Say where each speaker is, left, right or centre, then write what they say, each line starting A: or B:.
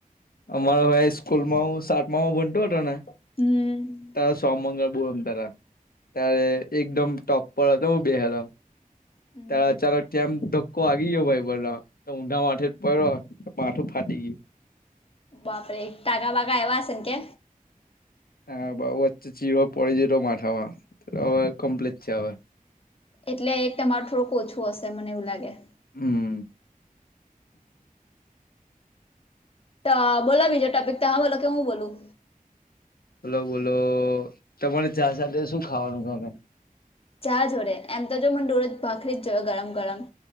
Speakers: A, on the left (about 90°); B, on the left (about 40°).
A: અમારો હવે સ્કૂલ માં હું સાતમામાં બનતોું હતો ને.
B: હમ
A: તાર સોમંગળ બોલોમ તા ત્યારે એકદમ ટપપર તો બેહેલ.
B: હમ
A: ચાલો કેમ તો. કો આગી ગયો ભાઈ ભલો તો ઊંડા માથેે જ પડ્યો પાઠું ફાટી ગયું.
B: બાપરે એક ટાગા બાગા એવા હશે કે.
A: હા બાુ વચ્ચે ચીરો પડીે જ માથામાંવે કમ્પ્લેટ છે.
B: એટલે એક તમારું થોડુંક ઓછું હશે મને એવું લાગે.
A: હમ્મ
B: તો બોલા બીજો ટોપિક તો હા બોલો કે હું બોલું.
A: બોલો બોલો તમારે ચા સાથે શું ખાવાનું છે, અમે.
B: ચાહ જોડે એમ તો જો મને ડોડ ભાખરી જ જોવે ગરમ ગરમ.